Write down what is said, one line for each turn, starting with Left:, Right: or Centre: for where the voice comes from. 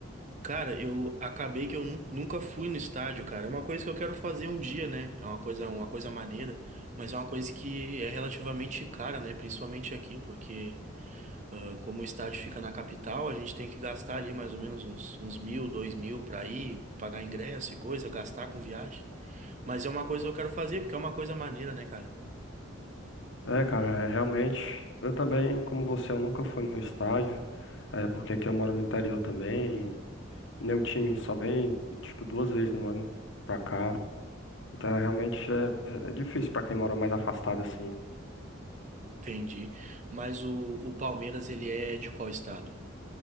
Right: Cara, eu acabei que eu nun- nunca fui no estádio, cara. É uma coisa que eu quero fazer um dia, né? É uma coisa, uma coisa maneira, mas é uma coisa que é relativamente cara, né? Principalmente aqui, porque Ah, Como o estádio fica na capital, a gente tem que gastar ali mais ou menos uns, uns mil, dois mil para ir, pagar ingresso e coisa, gastar com viagem. Mas é uma coisa que eu quero fazer, porque é uma coisa maneira, né, cara?
Left: É, cara, é, realmente. Eu também, como você, eu nunca fui no estádio. É, porque aqui eu moro no interior também. E meu time só vem, tipo, duas vezes no ano pra cá. Então, realmente é, é difícil pra quem mora mais afastado, assim.
Right: Entendi. Mas o, o Palmeiras, ele é de qual estado?